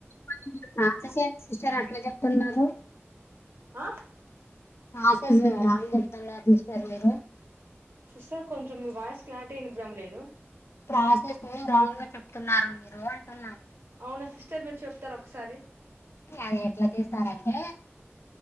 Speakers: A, on the left; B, on the right.
A: <unintelligible> సిస్టర్ అట్లా చెప్తున్నారు.
B: ఆ
A: ఆస్ <unintelligible> రాంగ్ చెప్తున్నాడారు. సిస్టర్ మీరు
B: సిస్టర్ కొంచెం, మీ వాయిస్ క్లారిటీ ఇన్బ్రమ్ లేదు.
A: ప్రాసెస్ రాంగ్ గా చెప్తున్నారు. మీరు అంటున్నా
B: అవున సిస్టర్ మీరు చెప్తారా. ఒకసారి
A: అది ఎట్లా చేస్తారంటే